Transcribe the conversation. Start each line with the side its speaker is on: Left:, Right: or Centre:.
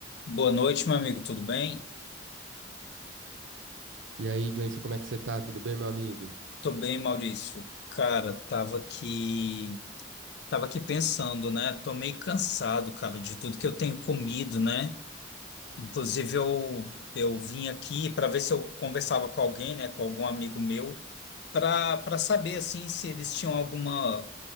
Left: Boa noite, meu amigo, tudo bem?
Right: E aí, Gleison, como é que você tá? Tudo bem, meu amigo?
Left: Tô bem, Maurício. Cara, tava aqui, tava aqui pensando, né? Tô meio cansado, cara, de tudo que eu tenho comido, né? Inclusive eu eu vim aqui para ver se eu conversava com alguém, né, com algum amigo meu, para para saber assim se eles tinham alguma